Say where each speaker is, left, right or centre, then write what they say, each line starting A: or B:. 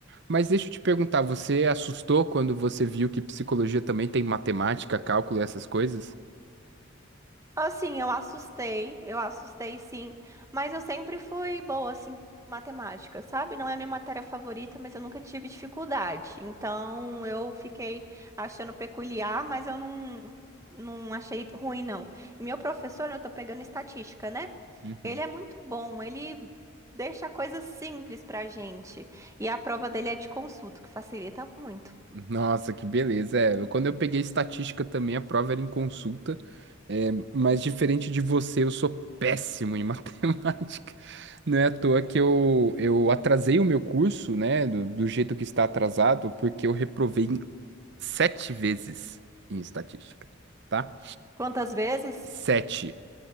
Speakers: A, on the right; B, on the right.
A: Mas deixa eu te perguntar, você assustou quando você viu que psicologia também tem matemática, cálculo e essas coisas?
B: Assim, eu assustei, eu assustei sim, mas eu sempre fui boa, assim, em matemática, sabe? Não é a minha matéria favorita, mas eu nunca tive dificuldade. Então, eu fiquei achando peculiar, mas eu não, não achei ruim, não. E meu professor, eu tô pegando estatística, né?
A: Uhum.
B: Ele é muito bom, ele deixa coisas simples pra gente. E a prova dele é de consulta, que facilita muito.
A: Nossa, que beleza. É, eu- quando eu peguei estatística também, a prova era em consulta. É, mas diferente de você, eu sou péssimo em <laughs> matemática. Não é à toa que eu, eu atrasei o meu curso, né? Do, do jeito que está atrasado, porque eu reprovei sete vezes em estatística, tá?
B: Quantas vezes?
A: Sete.